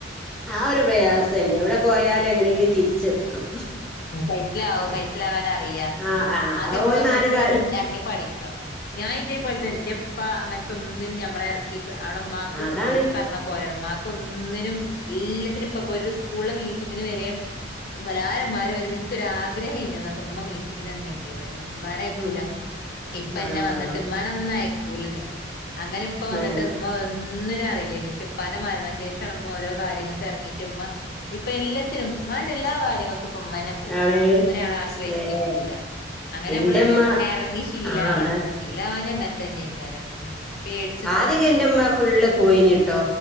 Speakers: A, in the centre; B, on the left.
A: ആ ഒരു പ്രയാസല്ലേ ഔടെ പോയാലും എങ്ങനെങ്കും തിരിച്ചെത്തും.
B: കൈച്ചിലാവോ, കൈച്ചിലാവാൻ, അറിയ
A: ആഹ് ആഹ്
B: ആദ്യം
A: അത്
B: നമ്മള്
A: ഓല്
B: ഒറ്റക്ക്
A: നാല് കാല്
B: ഇറങ്ങി പഠി ഞാൻ ഇതേ പോലെ
A: ഉം
B: എന്റെപ്പ അങ്ങനത്തെ ഒന്നിനും ഞമ്മളെ ഇറക്കി അവിടെ ഉമ്മാക്ക്
A: അതാണ്
B: പറഞ്ഞ പോര മാക്ക് ഒന്നിനും എല്ലാത്തിനും ഇപ്പൊ സ്കൂളി, മീ മീറ്റിങ്ങിന് വര എല്ലാരന്മാര് വരമ്പും എനിക്കൊ, രാ ഗ്രഹയിനി. ന്നക്കഉമ്മ മീറ്റിങ്ങിന് വന്നങ്കിന് മ്മാ നെയ്ക്കൂല
A: ഉം
B: ഇപ്പന്നെ
A: ആഹ്
B: വന്നിട്ട് മ്മാ നയ് ക്കൂലന്നെ അങ്ങനെ ഇപ്പ വന്നിട്ട്മ്മ
A: ഏഹ്
B: ഒന്നിനഅറിയില്ലേയി നി, ഷേ, പ്പിന്റെമരണശേഷം, ആണമ്മ ഓരോ കാര്യങ്ങൾക്കെ ഇറങ്ങിട്ടമ്മ, ഇപ്പൊ എല്ലത്തിനും ഉമ്മാന്റെ എല്ലാ കാര്യങ്ങൾക്കുംപ്പമ്മനെ പോകും.
A: ആണ്
B: ഒരാള ആശ്രയിച്ച്നിക്കൂല.
A: ഏഹ്
B: അങ്ങനെ
A: എന്റെമ്മ
B: നമ്മള് ഇറങ്ങി ശീലവണം
A: ആഹ് അതാ
B: ശീലവാൻ ങ്ങനെ തന്നെ അയ്ക്കാരം, ഉം, പേടിച്ച്
A: ആദ്യക്കെ, എന്റെമ്മ ഫുള്ള്പോയിനിട്ടോ.